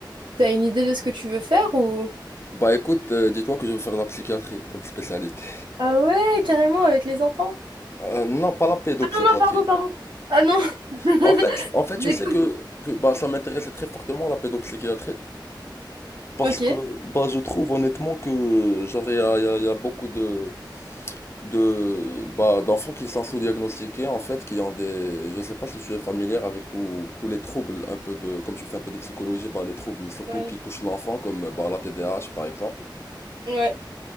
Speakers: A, on the right; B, on the left.
A: t'as une idée de ce que tu veux faire ou...
B: Bah écoute, euh, dis-toi que je veux faire la psychiatrie comme spécialité.
A: Ah ouais, carrément avec les enfants.
B: Euh, non, pas la pédopsychiatrie.
A: Ah non, non, pardon, pardon. Ah non. <laughs>
B: En fait, en fait,
A: J'ai
B: je sais
A: cru.
B: que, que bah, ça m'intéressait très fortement la pédopsychiatrie parce
A: Ok.
B: que bah, je trouve honnêtement que genre il y a, il y a- il y a beaucoup de de bah, d'enfants qui sont sous-diagnostiqués en fait, qui ont des, je sais pas si tu es familière avec tous tous les troubles un peu de, comme je fais un peu de psychologie, bah les troubles surtout
A: Ouais,
B: qui touchent l'enfant comme bah la TDAH par exemple.
A: ouais,